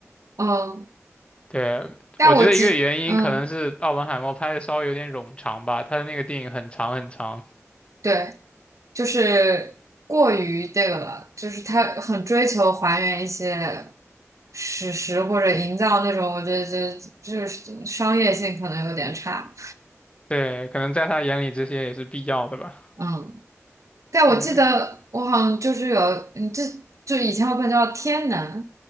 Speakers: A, on the right; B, on the left.
A: 嗯，
B: 对，
A: 但我记，
B: 我觉得一个原因可能是《奥本海默》拍的稍微有点冗长吧，
A: 嗯，
B: 他的那个电影很长很长。
A: 对，就是过于这个了，就是他很追求还原一些史实或者营造那种，我觉得这就是商业性可能有点差。
B: 对，可能在他眼里这些也是必要的吧。
A: 嗯，但我记得我好像就是有，
B: 对
A: 嗯，这就以前有本叫《天能》，